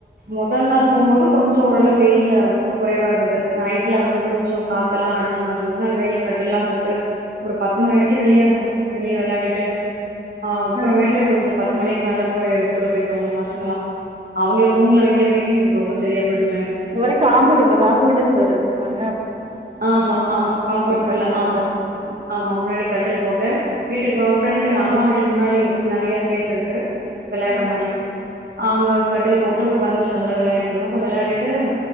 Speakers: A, on the right; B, on the right.
A: மொதல் நாள் போகும்போது கொஞ்ச ஓரளவு வெயில் கு குறைவா இருந்தது நைட்ல வந்து கொஞ்ச காத்துல்லா அடிச்ச மாரி இருந்துது நா வெளில கட்டில்லா போட்டு ஒரு பத்து மணி வரைக்கு வெளிய இருந்தோ வெளிய வெளாடிட்டு அ அப்றமேட்டு
B: ஆ
A: கொஞ்ச பத் பத்து மணிக்கு மேல போய் உள்ள போய் தூங்கு பசங்களெலா அவங்கள தூங்க வெக்கறதுக்கே எங்களுக்கு ரொம்ப சரியா போயிடு
B: ஒரே காம்பவுண்டுகுள காம்பவுண்டே சுவரு வச்சிருப்பாங்க
A: ஆமா ஆமா காம்பவுண்ட்குள்ள
B: கட்டில்
A: ஆமா
B: போட்டு.
A: ஆமா முன்னாடி கட்டல் போட்டு வீட்டுக்கு ஃப்ரெண்ட் அம்மா வீட்டு க்கு முன்னாடி நெறையா ஸ்பேஸ் இருக்கு வெளாடற
B: ம்.
A: மாரி அங்க கட்டில் போட்டு உக்காந்துட்டு நல்லா விளையாடிட்ருந்தோ அப்ற விளையாடிட்டு